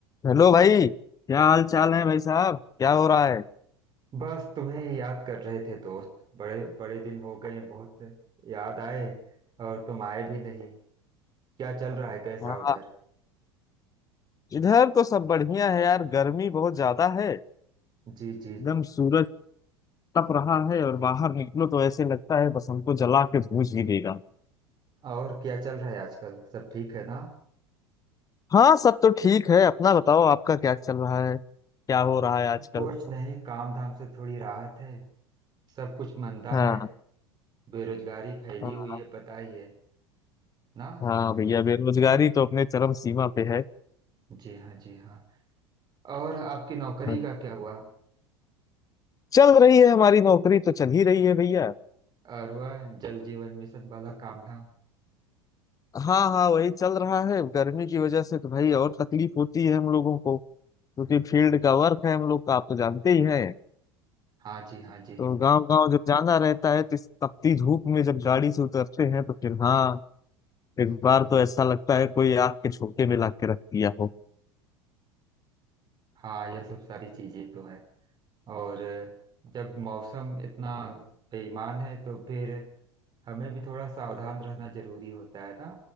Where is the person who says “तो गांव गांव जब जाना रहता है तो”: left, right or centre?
Left